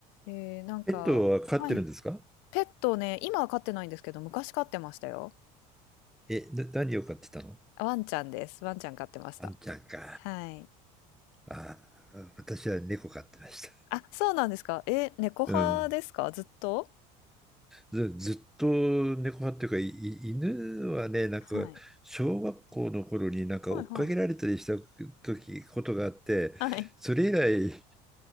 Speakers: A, on the left (about 75°); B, in the centre.
A: えー、なんか、
B: ペットは飼ってるんですか
A: はい。ペットね、今は飼ってないんですけど、昔飼ってましたよ。
B: え、な、何を飼ってたの
A: ワンちゃんです。ワンちゃん飼ってました。
B: ワンちゃんか。
A: はい。
B: あー、私は猫飼ってました。
A: あ、そうなんですか。え、猫派ですかずっと
B: うん。ず、ずっと猫派っていうか、いい犬はね、なんか、
A: はい。
B: 小学校の頃になんか追っかけられたりした時、
A: はいはい。
B: ことがあって、
A: はい。
B: それ以来、